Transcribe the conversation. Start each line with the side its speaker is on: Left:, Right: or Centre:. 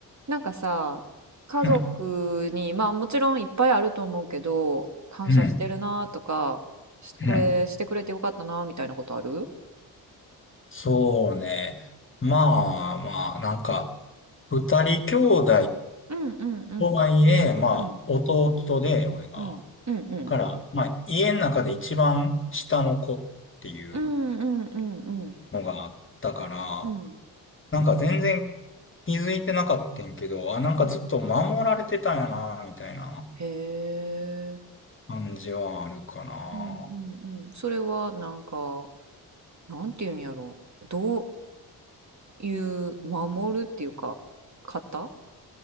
Right: なんかさ、家族に、
Left: うん、
Right: まあもちろんいっぱいあると思うけど、感謝してるなとか、
Left: うん、
Right: しこれしてくれてよかったなみたいなことある
Left: うん。そうね。まあまあ、なんか、二人兄弟
Right: うんうんうん
Left: とはいえ、まあ、
Right: うん
Left: 弟で、俺が。
Right: うんうんうん
Left: から、まあ、家の中で一番下の子っていう
Right: うんうんうん
Left: のがあったから、
Right: うん
Left: なんか全然気づいてなかったんけど、あ、なんかずっと守られてたんやな、
Right: うん
Left: みたいな
Right: へえ
Left: 感じはあるかな。
Right: うんへえうんうんうんそれはなんかなんていうんやろどういう守るっていうか方